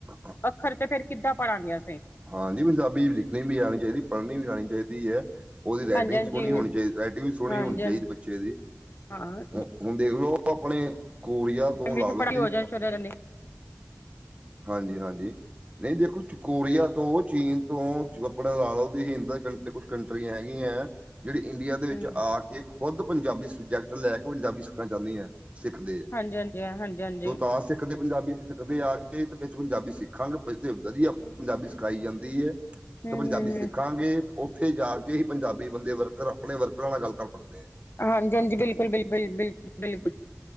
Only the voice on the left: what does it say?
ਅੱਖਰ, ਤੇ ਫੇਰ ਕਿੱਦਾਂ ਪੜਾਂਗੇ ਅਸੀਂ
ਹਾਂਜੀ
ਹਾਂਜੀ
ਹਾਂਜੀ
ਹਾਂ।
ਇਨੇ
'ਚ
ਪੜ੍ਹਈ
ਹੋ ਜੇ, ਛੋਰਆ ਜਾਂਦੀ।
ਹਾਂਜੀ
ਹਾਂਜੀ ਹਾਂਜੀ ਹਾਂਜੀ
ਹਮ ਹਮ ਹਮ
ਹਮ
ਹਮ
ਹਾਂਜੀ, ਹਾਂਜੀ ਬਿਲਕੁਲ, ਬਿਲਕੁਲ, ਬਿਲਕੁਲ, ਬਿਲਕੁਲ